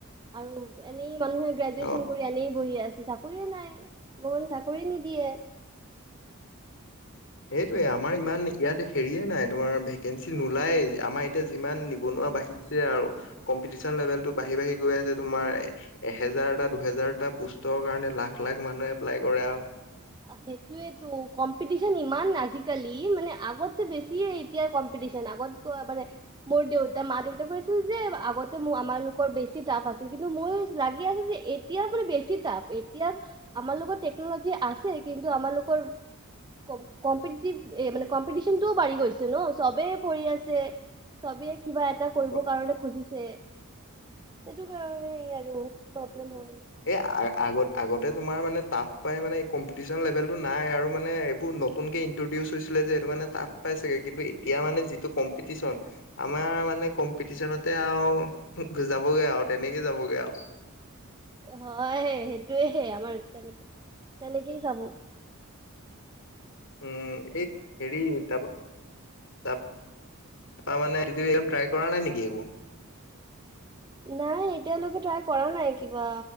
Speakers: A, on the right (about 20°); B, on the left (about 60°).
A: আৰু এনেই মানুহে গ্ৰেজুৱেচন
B: অ
A: কৰি এনেই বহি আছে চাক কৰিয়ে নাই, গভমেণ্ট চাকৰিয়ে নিদিয়ে।
B: সেইটোয়ে আমাৰ ইমান ইয়াত হেৰিয়ে নাই, তোমাৰ ভেকেঞ্চি নোলাইয়ে, আমাৰ এতিয়া যিমান নিবনুৱা বাসি চে আৰু, কম্পিটিশন লেভেলটো বাঢ়ি বাঢ়ি গৈ আছে তোমাৰ, এ এহেজাৰটা, দুহেজাৰটা পোষ্টৰ কাৰণে লাখ লাখ মানুহে এপ্লাই কৰে আৰু।
A: সেইটোৱেটো কম্পিটিচন ইমান আজিকালি, মানে আগতচে বেছি। টিয়ে এতিয়া কম্পিটিশ্যন, আগতকৈ আ, মানে মোৰ দেউতা, মা দেউতা কৈছিল যে আগতে মোৰ আমালোকৰ বেছি টাফ আছিল কিন্তু মোৰ লাগি আছে যে এত এতিয়া মানে বেছি টাফ, এতিয়া আমাৰ লগত টেকন'লজি আছে কিন্তু আমালোকৰ কম-কম্পিতিতিভ এ, মানে কম্পিটিচনটোও বাঢ়ি গৈছে ন' চবেই পঢ়ি আছে। চবে কিবা এটা কৰিব
B: অ
A: কাৰণে খুজিছে। সেইটো কাৰণেই আৰু প্ৰব্লেম হয়।
B: এ, আ-আগত-আগতে তোমাৰ মানে টাফ পাই মানে কম্পিটিশন লেভেলটো নাই আৰু মানে এইবোৰ নত নতুনকে ইনট্ৰডিউচ হৈছিলে যে এইটো কাৰণে মানে টাফ পাই চাগে, কিন্তু এতিয়া মানে যিটো কম্পিটিচন আমাৰ মানে কম্পিটিচনতে আৰু যাবগৈ আৰু তেনেকে যাবগে আৰু।
A: হয় সেইটোয়ে, আমাৰ তেনেক-তেনেকেই যাব।
B: উম, এই হেৰি তা-তাত তাৰমানে <unintelligible> ট্ৰাই কৰা নাই নেকি একো?
A: নাই এতিয়ালৈকে ট্ৰাই কৰা নাই কিবা,